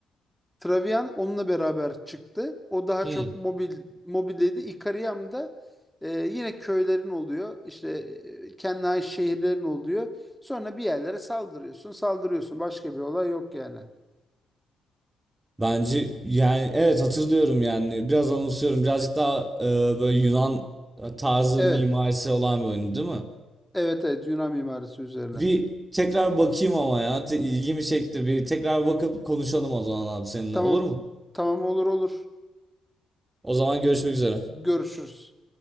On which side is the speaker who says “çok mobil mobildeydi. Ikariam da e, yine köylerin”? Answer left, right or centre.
Centre